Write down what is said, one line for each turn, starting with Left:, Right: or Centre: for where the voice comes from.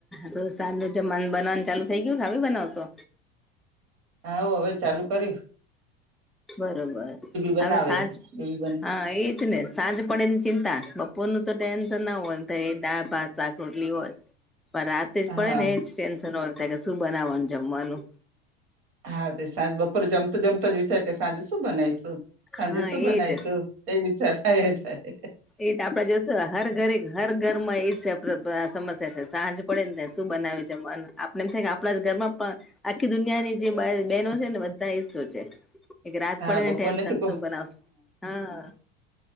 Centre: હ સાજનું જમવાનું બનાવનું ચાલુ થઈ ગયું કે હવે બનાવશો?
Right: હા, હ હવે ચાલુ કરીશ.
Centre: બરોબર,
Right: બનાવે
Centre: હવે સાંજ
Right: બેબી બન
Centre: હા એ જ ને સાંજ પડે ને ચિંતા, બપોરનું તો ટેન્શન ના હોય એ દાળ, ભાત, શાક, રોટલી હોય. પણ રાતે
Right: હા
Centre: જ પડે ને એ જ ટેન્શન હોય થાય કે શું બનાવવાનું જમવાનું?
Right: હા તે સાંજ બપોરે જમતો જમતો જ વિચાર કે સાંજે શું બનાવીશું, સાંજે
Centre: હા
Right: શું બનાવીશું?
Centre: એજ
Right: એવુ વિચાર ખાએ જાય.
Centre: એ આપડે જોઈશું હર ઘરે હર ઘર માં એજ <unintelligible> સમસ્યા છે સાંજ પડે ને શું બનાવે જમવાનું. આપડ એમ થાય કે આપણા ઘરમાં પણ આખી દુનિયાની જે બહેનો છે ને બધા એ જ સોચે. એક રાત
Right: હા
Centre: પડેને
Right: બપોરને
Centre: ટેન્શન
Right: તો કો
Centre: શું બનાવશું હા